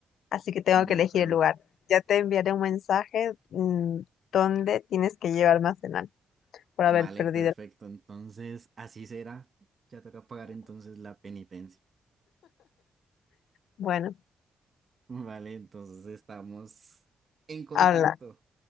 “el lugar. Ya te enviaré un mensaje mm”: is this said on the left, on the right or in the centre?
Left